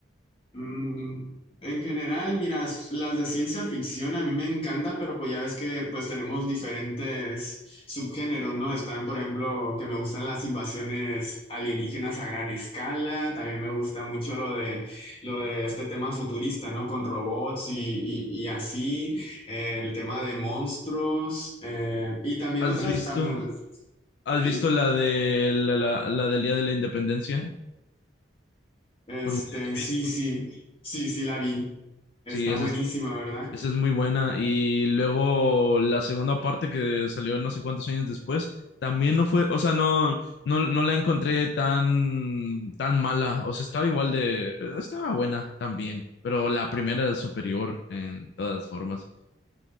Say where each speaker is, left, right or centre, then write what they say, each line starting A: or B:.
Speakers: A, on the left; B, on the left.
A: Mm, en general, mira, s- las de ciencia ficción a mí me encantan, pero pues ya ves que pues tenemos diferentes subgéneros, ¿no? Están, por ejemplo, que me gustan las invasiones alienígenas a gran escala, también me gusta mucho lo de, lo de este tema futurista, ¿no? Con robots y, y- y así, eh, el tema de monstruos, eh, y también
B: ¿Has
A: otras
B: visto,
A: tan...
B: has
A: ¿Sí?
B: visto la de la, la- la del Día de la Independencia
A: Este,
B: con Will
A: sí,
B: Smith?
A: sí, sí, sí la vi. Está
B: Sí, esa
A: buenísima,
B: es-
A: ¿verdad?
B: Esa es muy buena. Y luego la segunda parte que salió no sé cuántos años después, también no fue, o sea, no, no, no la encontré tan, tan mala. O sea, estaba igual de, estaba buena también, pero la primera es superior en todas formas.